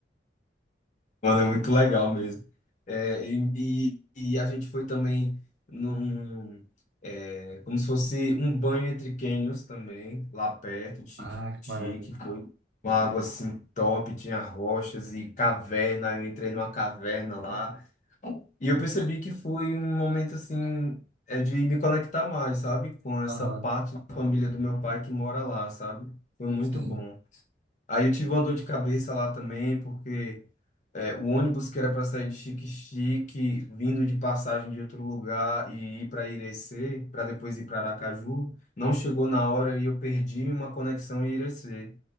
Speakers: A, on the left; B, on the right.
A: Mano, é muito legal mesmo. É, e, e- e a gente foi também num, é, como se fosse um banho entre cânions também, lá perto, de Chique-Chique.
B: Ah, que maravilha.
A: Foi uma água assim top, tinha rochas e caverna. Eu entrei numa caverna lá. E eu percebi que foi um momento assim, é de me conectar mais, sabe? Com essa
B: Aham,
A: parte da família do meu pai que mora lá, sabe? Foi muito
B: sim.
A: bom. Aí eu tive uma dor de cabeça lá também, porque é, o ônibus que era para sair de Xique-Xique, vindo de passagem de outro lugar e ir para Irecê, para depois ir para Aracaju, não chegou na hora e eu perdi uma conexão em Irecê.